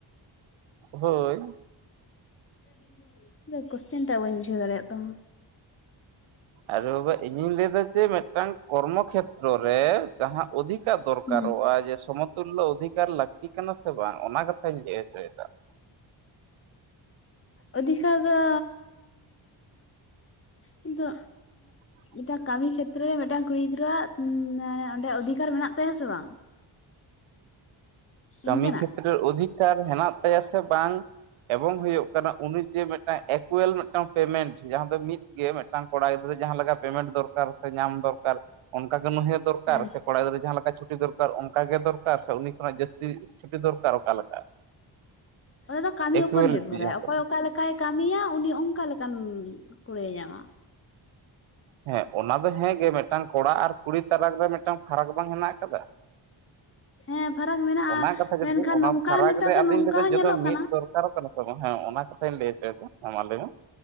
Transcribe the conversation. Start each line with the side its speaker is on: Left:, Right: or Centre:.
Right: ᱦᱳᱭ ᱾
Left: <inaudible> ᱟᱫᱚ ᱠᱚᱥᱪᱮᱱᱴᱟᱜ ᱵᱟᱹᱧ ᱵᱩᱡᱷᱟᱹᱣ ᱫᱟᱲᱮᱭᱟᱜ ᱛᱟᱢᱟ ᱾
Right: ᱟᱨᱮ ᱵᱟᱵᱟ ᱤᱧᱤᱧ ᱞᱟᱹᱭ ᱮᱫᱟ ᱡᱮ ᱢᱤᱫᱴᱟᱝ ᱠᱚᱨᱢᱚ ᱠᱷᱮᱛ ᱨᱚ ᱨᱮ ᱡᱟᱦᱟᱸ ᱚᱫᱷᱤᱠᱟᱨ ᱫᱚᱨᱠᱟᱨᱚᱜᱼᱟ
Left: ᱦᱩᱸ
Right: ᱡᱮ ᱥᱚᱢᱚᱛᱩᱞᱞᱚ ᱚᱫᱷᱤᱠ ᱠᱟᱨ ᱞᱟᱹᱠᱛᱤ ᱠᱟᱱᱟ ᱥᱮ ᱵᱟᱝ ᱚᱱᱟ ᱠᱟᱛᱷᱟᱧ ᱞᱟᱹᱭ ᱦᱚᱪᱚᱭᱮᱫᱟ ᱾
Left: ᱚᱫᱷᱤᱠᱟ ᱫᱚ ᱤᱧ ᱫᱚ
Right: <inaudible>
Left: ᱢᱤᱫᱴᱟᱝ ᱠᱟᱹᱢᱤ ᱠᱷᱮᱛᱨᱮ ᱨᱮ ᱢᱤᱫᱴᱟᱝ ᱠᱩᱲᱤ ᱜᱤᱫᱽᱨᱟᱹᱣᱟᱜ ᱚᱸᱰᱮ ᱚᱫᱷᱤᱠᱟᱨ ᱢᱮᱱᱟᱜ ᱛᱟᱭᱟ ᱥᱮ ᱵᱟᱝ?
Right: ᱠᱟᱹᱢᱤ
Left: ᱤᱱᱠᱟᱹᱱᱟᱜ
Right: ᱠᱷᱮᱛᱨᱮ ᱚᱫᱷᱤᱠᱟᱨ ᱦᱮᱱᱟᱜ ᱛᱟᱭᱟ ᱥᱮ ᱵᱟᱝ ᱮᱵᱚᱝ ᱦᱳᱭᱳᱜ ᱠᱟᱱᱟ ᱩᱱᱤ ᱡᱮ ᱢᱤᱫᱴᱟᱝ ᱮᱠᱩᱭᱮᱞ ᱢᱤᱫᱴᱟᱝ ᱯᱮᱢᱮᱱᱴ ᱡᱟᱦᱟᱸ ᱫᱚ ᱢᱤᱫ ᱜᱮ ᱢᱤᱫᱴᱟᱝ ᱠᱚᱲᱟ ᱜᱤᱫᱽᱨᱟᱹ ᱡᱟᱦᱟᱸ ᱞᱮᱠᱟ ᱯᱮᱢᱮᱱᱴ ᱫᱚᱨᱠᱟᱨ ᱥᱮ ᱧᱟᱢ ᱫᱚᱨᱠᱟᱨ ᱚᱱᱠᱟ ᱜᱮ ᱱᱩᱭᱦᱟᱹᱨ ᱫᱚᱨᱠᱟᱨ
Left: ᱦᱮᱸ
Right: ᱥᱮ ᱠᱚᱲᱟ ᱜᱤᱫᱽᱨᱟᱹ ᱡᱟᱦᱟᱸ ᱞᱮᱠᱟ ᱪᱷᱩᱴᱤ ᱫᱚᱨᱠᱟᱨ ᱚᱱᱠᱟ ᱜᱮ ᱫᱚᱨᱠᱟᱨ ᱥᱮ ᱩᱱᱤ ᱠᱷᱚᱱᱟᱜ ᱡᱟᱹᱥᱛᱤ ᱪᱷᱩᱴᱤ ᱫᱚᱨᱠᱟᱨ ᱚᱠᱟ ᱞᱮᱠᱟ
Left: ᱚᱱᱟ ᱫᱚ ᱠᱟᱹᱢᱤ
Right: ᱮᱠᱩᱭᱮᱞᱤᱴᱤ
Left: ᱩᱯᱚᱨ ᱱᱤᱨᱵᱷᱚᱨᱟᱭ
Right: ᱡᱟᱦᱟᱸ ᱠᱚ
Left: ᱚᱠᱚᱭ ᱚᱠᱟᱞᱮᱠᱟ ᱞᱮᱠᱟᱭ ᱠᱟᱹᱢᱤᱭᱟ ᱩᱱᱤ ᱚᱱᱠᱟ ᱞᱮᱠᱟᱱ ᱠᱩᱲᱟᱹᱭ ᱧᱟᱢᱟ ᱾
Right: ᱦᱮᱸ ᱚᱱᱟ ᱫᱚ ᱦᱮᱸᱜᱮ ᱢᱤᱫᱴᱟᱝ ᱠᱚᱲᱟ ᱟᱨ ᱠᱩᱲᱤ ᱛᱟᱞᱟᱠ ᱨᱮ ᱢᱤᱫᱴᱟᱝ ᱯᱷᱟᱨᱟᱠ ᱵᱟᱝ ᱦᱮᱱᱟᱜ ᱟᱠᱟᱫᱟ
Left: ᱦᱮᱸ ᱯᱷᱟᱨᱟᱠ ᱢᱮᱱᱟᱜᱼᱟ
Right: ᱚᱱᱟ ᱠᱟᱛᱷᱟ ᱜᱮ
Left: ᱢᱮᱱᱠᱷᱟᱱ
Right: ᱚᱱᱟ
Left: ᱱᱚᱝᱠᱟ
Right: ᱯᱷᱟᱨᱟᱠ
Left: ᱱᱮᱛᱟᱨ
Right: ᱨᱮ
Left: ᱫᱚ
Right: ᱟᱫᱚᱧ
Left: ᱱᱚᱝᱠᱟ
Right: ᱞᱟᱹᱭᱫᱟ
Left: ᱦᱚᱸ
Right: ᱡᱚ
Left: ᱧᱮᱞᱚᱜ ᱠᱟᱱᱟ
Right: ᱢᱤᱫ ᱚᱜ ᱠᱟᱱᱟ ᱛ ᱵᱟᱝ ᱦᱮᱸ ᱚᱱᱟ ᱠᱟᱛᱷᱟᱧ ᱞᱟᱹᱭ ᱦᱚᱪᱚᱭ ᱦᱮᱸ ᱢᱟ ᱞᱟᱹᱭ ᱢᱮ